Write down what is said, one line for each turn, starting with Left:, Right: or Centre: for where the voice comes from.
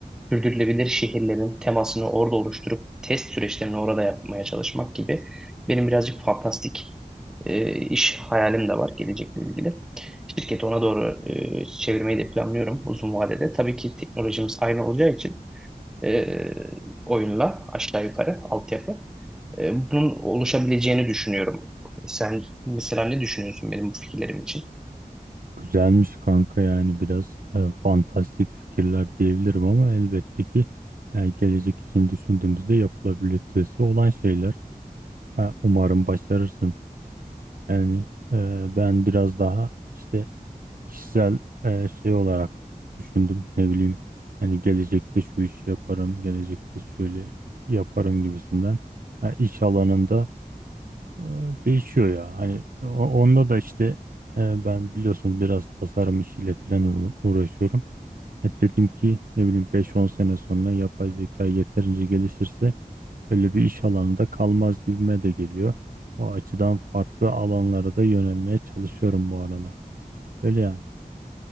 Centre: sürdürülebilir şehirlerin temasını orada oluşturup test süreçlerini orada yapmaya çalışmak gibi benim birazcık fantastik e, iş hayalim de var gelecekle ilgili. Şirketi ona doğru e, çevirmeyi de planlıyorum uzun vadede. Tabii ki teknolojimiz aynı olacağı için e, oyunla aşağı yukarı altyapı. E, bunun oluşabileceğini düşünüyorum. Sen mesela ne düşünüyorsun benim bu fikirlerim için?
Right: Güzelmiş kanka yani biraz e, fantastik fikirler diyebilirim ama elbette ki e, gelecek için düşündüğümüzde yapılabilitesi olan şeyler. E, umarım başarırsın. Yani e, ben biraz daha işte kişisel e, şey olarak düşündüm. Ne bileyim hani gelecekte şu işi yaparım, gelecekte şöyle yaparım gibisinden. E, iş alanında e, Değişiyor ya. Hani o- onda da işte e, ben biliyorsun biraz tasarım işiyle falan uğra- uğraşıyorum. Hani dedim ki ne bileyim beş on sene sonra yapay zeka yeterince gelişirse öyle bir iş alanında kalmaz gibime de geliyor. O açıdan farklı alanlara da yönelmeye çalışıyorum bu aralar. Öyle yani.